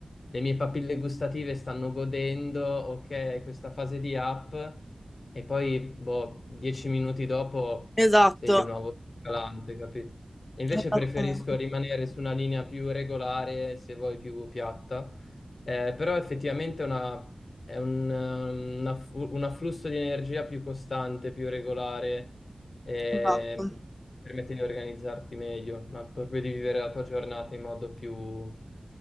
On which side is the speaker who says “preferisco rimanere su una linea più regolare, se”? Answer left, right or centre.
Left